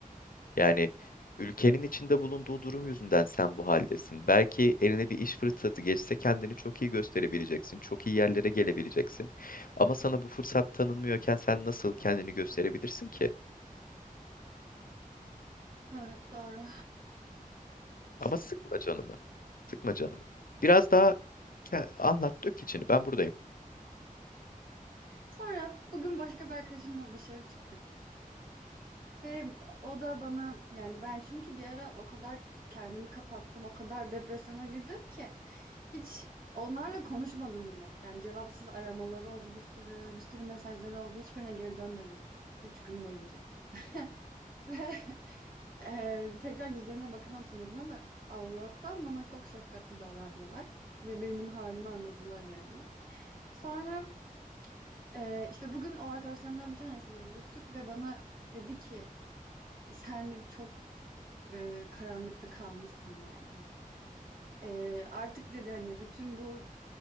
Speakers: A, on the left; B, on the right.
A: Yani ülkenin içinde bulunduğu durum yüzünden sen bu haldesin. Belki eline bir iş fırsatı geçse kendini çok iyi gösterebileceksin, çok iyi yerlere gelebileceksin. Ama sana bu fırsat tanınmıyorken sen nasıl kendini gösterebilirsin ki?
B: Evet doğru. İşte.
A: Ama sıkma canını, sıkma canını. Biraz daha ke- anlat, dök içini. Ben buradayım.
B: Sonra bugün başka bir arkadaşımla dışarı çıktık. Ve o da bana yani ben çünkü bir ara o kadar kendimi kapattım, o kadar depresyona girdim ki hiç onlarla konuşmadım bile. Yani cevapsız aramaları oldu bir sürü, bir sürü mesajları oldu. Hiçbirine geri dönmedim. Üç gün boyunca. <laughs> Ve eee, tekrar yüzlerine bakamam sanıyordum ama Allah'tan bana çok şefkatli davrandılar. Ve benim halimi anladılar yani. Sonra eee, işte bugün o arkadaşlarımdan bir tanesiyle buluştuk ve bana dedi ki sen de çok eee, karanlıkta kalmışsın yani hani. Eee, artık dedi hani bütün bu